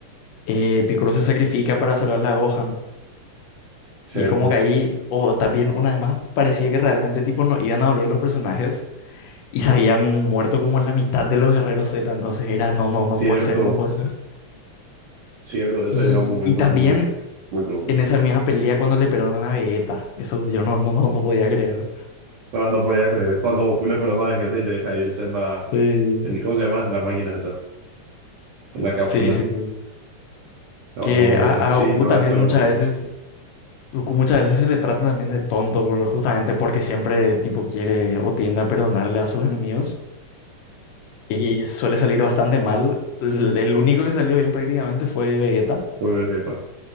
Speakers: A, on the left; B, on the right.
A: eh, Piccolo se sacrifica para salvar a Gohan.
B: Cierto,
A: Y es como que ahí, o también una vez más, parecía que realmente tipo no iban a volver los personajes y se habían muerto como la mitad de los guerreros Z, entonces era no, no, no
B: cierto,
A: puede ser, no puede ser.
B: cierto. Ese
A: Y,
B: era un momento
A: y también
B: muy, muy loco.
A: en esa misma pelea cuando le perdonan a Vegeta, eso yo no, no, no, no podía creer.
B: No, no podía creer. Cuando una persona que te deja irse en la.
A: Sí,
B: en- ¿Cómo se llama? En la máquina esa. En la cápsula.
A: sí, sí, sí.
B: Ahora
A: Que
B: vamos
A: a,
B: a ver.
A: a
B: Sí,
A: Goku
B: no,
A: también
B: ese era
A: muchas
B: un momento.
A: veces
B: como-
A: Goku muchas veces se le trata también de tonto, por- justamente porque siempre tipo quiere o tiende a perdonarle a sus enemigos y suele salir bastante mal. L- El único que salió bien prácticamente fue Vegeta.
B: Muy bien, cierto.